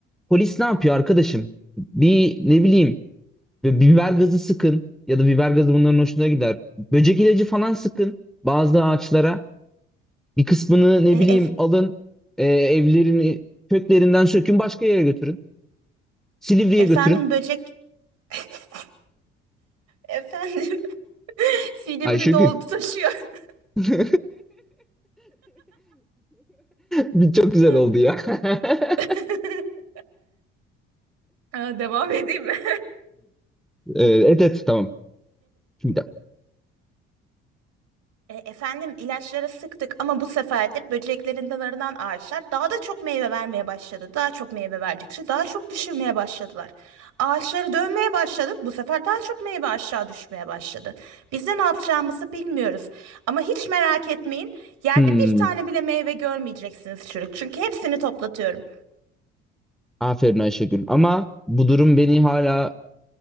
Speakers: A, in the centre; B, on the right (about 65°).
A: Polis ne yapıyor arkadaşım? Bir ne bileyim bir biber gazı sıkın ya da biber gazı bunların hoşuna gider. Böcek ilacı falan sıkın bazı ağaçlara. Bir kısmını ne
B: E,
A: bileyim
B: ef-
A: alın e, evlerini köklerinden sökün başka yere götürün. Silivri'ye
B: efendim
A: götürün.
B: böcek <laughs> efendim <laughs> Silivri
A: Ayşegül.
B: doldu taşıyor. <laughs>
A: <laughs> Bir Çok güzel
B: Ha.
A: oldu ya. <laughs>
B: <laughs> Aa, Devam edeyim mi?
A: Ee, Evet, evet tamam. Şimdi.
B: <laughs> E, efendim ilaçları sıktık ama bu sefer de böceklerin dalarından ağaçlar daha da çok meyve vermeye başladı. Daha çok meyve verdikçe daha çok düşürmeye başladılar. Ağaçları dönmeye başladık. Bu sefer daha çok meyve aşağı düşmeye başladı. Biz de ne yapacağımızı bilmiyoruz. Ama hiç merak etmeyin. Yerde
A: Hmm,
B: bir tane bile meyve görmeyeceksiniz çürük. Çünkü hepsini toplatıyorum.
A: aferin Ayşegül. Ama bu durum beni hala